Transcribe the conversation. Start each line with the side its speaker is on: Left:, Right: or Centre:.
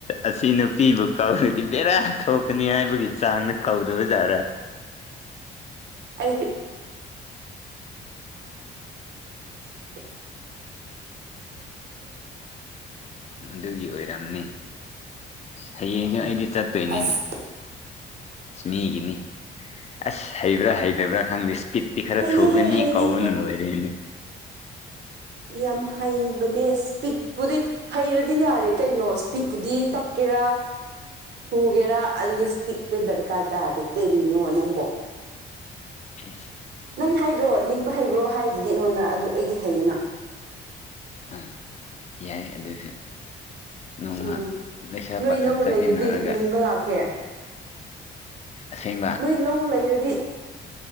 Left: ꯑꯁꯤ ꯅꯨꯄꯤꯕꯨ ꯀꯧꯔꯗꯤ ꯕꯦꯔꯥ ꯊꯣꯛꯀꯅꯤ ꯍꯥꯏꯕꯒꯤ ꯆꯥꯡꯗ ꯀꯧꯗꯕꯖꯥꯔꯥ
Right: ꯑꯩꯗꯤ <unintelligible> <inaudible>
Left: ꯑꯗꯨꯒꯤ ꯑꯣꯏꯔꯝꯅꯤ ꯍꯌꯦꯡꯁꯨ
Right: ꯑꯣ
Left: ꯑꯩꯗꯤ ꯆꯠꯇꯣꯏꯅꯤꯅꯦ
Right: ꯑꯁ
Left: ꯃꯤꯒꯤꯅꯤ ꯑꯁ ꯍꯩꯕ꯭ꯔꯥ ꯍꯩꯇꯕ꯭ꯔꯥ ꯈꯪꯗꯦ ꯏꯁꯄꯤꯠ ꯇꯤ ꯈꯔꯥ
Right: ꯍꯩꯌꯦꯍꯦ
Left: ꯊꯨꯒꯅꯤ
Right: ꯍꯩꯌꯦꯍꯦ
Left: ꯀꯧꯕꯅ ꯂꯣꯏꯔꯦꯅꯤ
Right: ꯌꯥꯝ ꯍꯩꯕꯅꯦ ꯏꯁꯄꯤꯠꯄꯨꯗꯤ ꯍꯩꯔꯗꯤ ꯌꯥꯔꯦ ꯀꯩꯅꯣ ꯏꯁꯄꯤꯠꯄꯨꯗꯤ ꯇꯞꯀꯦꯔꯥ ꯊꯨꯒꯦꯔꯥ ꯑꯗꯨꯒꯤ ꯏꯁꯄꯤꯠꯇꯨ ꯗꯔꯀꯥꯔ ꯇꯥꯔꯗꯦ ꯀꯔꯤꯅꯣ ꯅꯪꯕꯣ
Left: ꯏꯁ
Right: ꯅꯪ ꯍꯥꯏꯗ꯭ꯔꯣ ꯂꯤꯡꯕ ꯍꯩꯕ꯭ꯔꯣ ꯍꯥꯏꯗꯨꯗꯤ ꯑꯩꯉꯣꯟꯗ ꯑꯗꯨ ꯑꯩꯗꯤ ꯍꯩꯌꯦꯅ
Left: ꯑꯥ ꯌꯥꯏ ꯑꯗꯨꯁꯨ ꯅꯣꯡꯃ
Right: ꯎꯝ
Left: ꯂꯩꯁꯥ
Right: ꯅꯣꯏ
Left: ꯄꯥꯈꯪ
Right: ꯂꯧ
Left: ꯆꯠꯃꯤꯟꯅꯔꯒ
Right: ꯂꯩꯔꯗꯤ ꯂꯤꯡꯕ
Left: ꯑꯁ
Right: ꯂꯥꯛꯀꯦ
Left: ꯑꯁꯦꯡꯕ
Right: ꯅꯣꯏ ꯂꯧ ꯂꯩꯔꯗꯤ